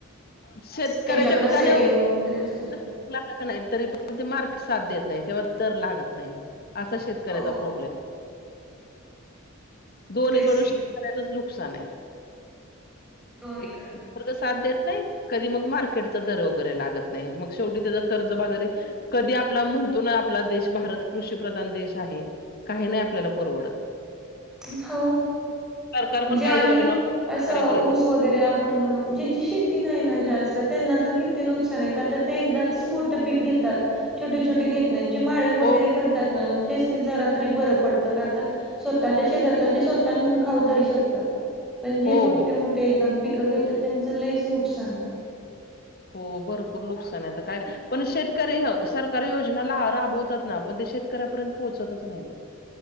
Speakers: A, on the left; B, in the centre.
A: शेतकऱ्याच्या
B: त्यांच्याकडे
A: पिकाने
B: सेविंग वगैरे असतंय.
A: <inaudible> <unintelligible> तरी पण ते मार्केट साथ देत नाही, तेव्हा दर लागत नाही. अस शेतकऱ्याचा
B: हो
A: प्रॉब्लेम दोन्हीकडून
B: तेच की
A: शेतकऱ्याचंच नुकसान आहे.
B: दोन्हीकडनं
A: एकतर निसर्ग साथ देत नाही. कधी मग मार्केटचा दर वगैरे लागत नाही, मग शेवटी त्याचा कर्जबाजारी कधी आपला म्हणतो ना आपला देश भारत कृषीप्रधान देश आहे. काही नाही आपल्याला परवडत.
B: हो
A: सरकार पण
B: जे
A: काही
B: आम्ही
A: योजना शेतकऱ्यापर्यंत
B: असं ऊस वगैरे रे आपन ज्याची शेती नाही ना जास्त, त्यांना तर किती नुकसान आहे का तर ते एकदाच मोठं पीक घेतात. छोटे छोटे घेत नाहीत. जे माळवं
A: हो
B: वगैरे करतात ना त्यासनी जरातरी बर पडत. का तर? स्वतःच्या शेतातलं ते स्वतः नेऊन खाऊ तरी श कतात. पण जे
A: हो
B: मोठे
A: हो
B: मोठे एकदम पिकं घेतात त्यांच लयीच नुकसान आहे.
A: हो भरपूर नुकसान आहे आता काय? पण शेतकरी सरकारी योजना राबवतात ना पण ते शेत कऱ्या पर्यंत पोहचतच नाही आहेत.